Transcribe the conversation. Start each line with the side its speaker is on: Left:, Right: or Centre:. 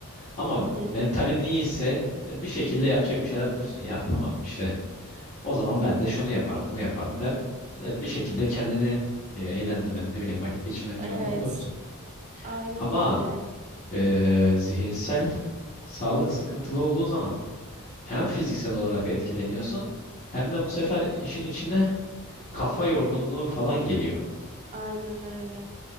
Left: Ama
Right: Hı hı.
Left: mentalin iyiyse e, bir şekilde yapacak bir şeyler bulursun. Ya tamam işte o zaman ben de şunu yaparım bunu yaparım der. E, bir şekilde kendini e, eğlendirmenin ne bileyim vakit geçirmenin
Right: Evet.
Left: yolunu bulursun.
Right: Aynen
Left: Ama
Right: öyle.
Left: Ee, zihinsel sağlık sıkıntılı olduğu zaman hem fiziksel olarak etkileniyorsun hem de bu sefer işin içine kafa yorgunluğu falan geliyor.
Right: Aynen öyle.